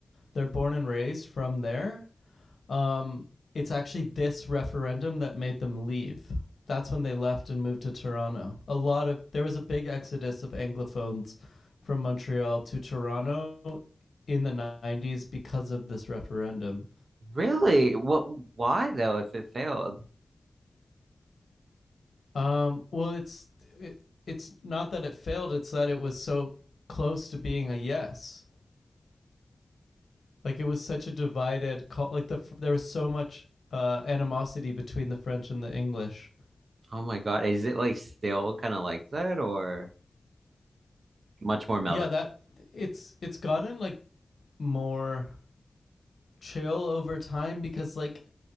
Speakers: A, on the left; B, on the right.
A: They're born and raised from there Um, it's actually this referendum that made them leave. That's when they left and moved to Toronto. A lot of there was a big exodus of anglophones from Montreal to Toronto in the 90s because of this referendum.
B: Really? What, why though, if it failed?
A: Um, well, it's it, it's not that it failed; it's that it was so close to being a yes. Like it was such a divided call. Like the there was so much uh, animosity between the French and the English.
B: Oh my God. Is it like still kind of like that or much more mellow?
A: Yeah, that it's it's gotten like more chill over time because like